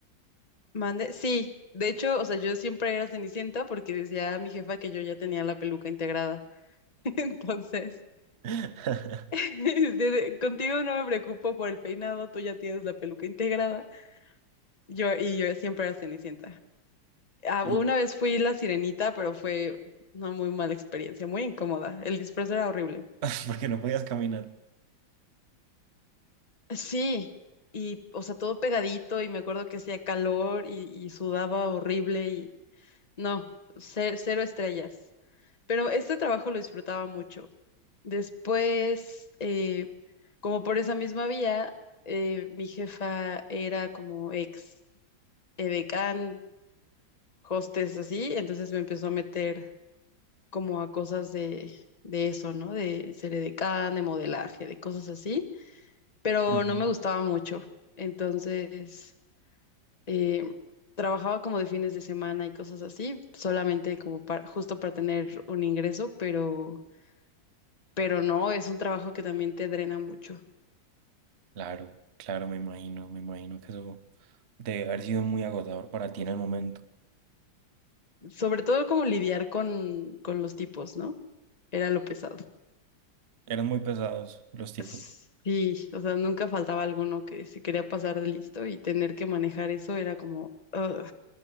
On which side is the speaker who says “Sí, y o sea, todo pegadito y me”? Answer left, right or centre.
Left